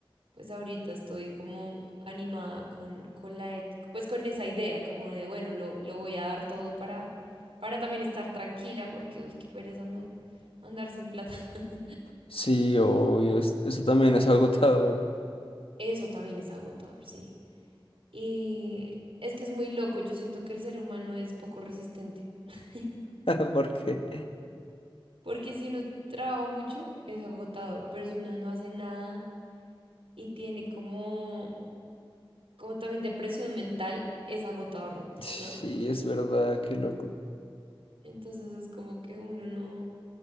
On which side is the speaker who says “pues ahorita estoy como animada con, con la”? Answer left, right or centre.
Right